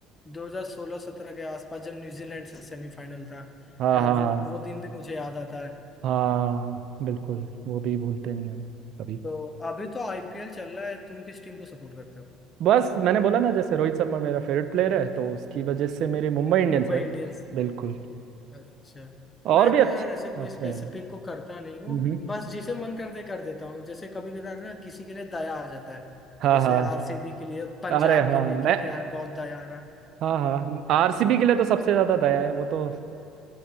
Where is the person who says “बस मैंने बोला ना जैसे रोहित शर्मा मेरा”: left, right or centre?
Right